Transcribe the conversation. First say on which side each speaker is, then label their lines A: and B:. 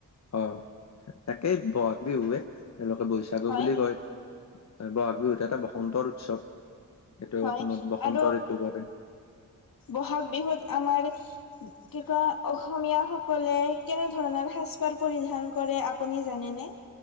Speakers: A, on the left; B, on the left.
A: অ', একেই বহাগ বিহুৱে। তেওঁলোকে বৈশাগু
B: হয়
A: বুলি কয় বহাগ বিহুত এটা বসন্তৰ উৎসৱ। এইটো
B: হয়
A: অসমত বসন্ত
B: আৰু
A: ঋতু কৰে।
B: বহাগ বিহুত আমাৰ কি কয় অসমীয়াসকলে কেনে ধৰণৰ সাজ পাৰ পৰিধান কৰে আপুনি জানেনে?